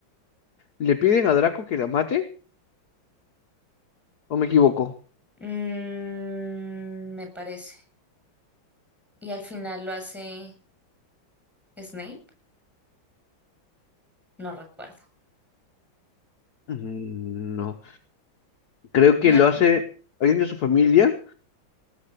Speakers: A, on the left; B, in the centre.
A: le piden a Draco que la mate, ¿o me equivoco?
B: Mm, me parece. Y al final lo hace Snape, no recuerdo.
A: Mm, No, creo que
B: No,
A: lo hace alguien de su familia